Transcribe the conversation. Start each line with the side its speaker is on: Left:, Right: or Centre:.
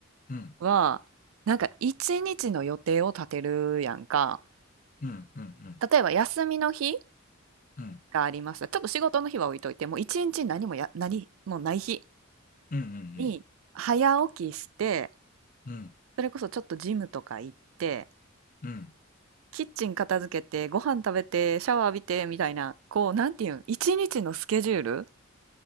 Left: うん。
Right: はなんか一日の予定を立てるやんか
Left: うん。うん。うん。
Right: 例えば休みの日
Left: うん。
Right: がありましたちょっと仕事の日は置いといてもう一日何もや何もない日
Left: うん。
Right: に早起きして
Left: うん。うん。
Right: それこそちょっとジムとか行って
Left: うん。
Right: キッチン片付けて、ご飯食べて、シャワー浴びて、みたいな、こう、なんていうん、一日のスケジュール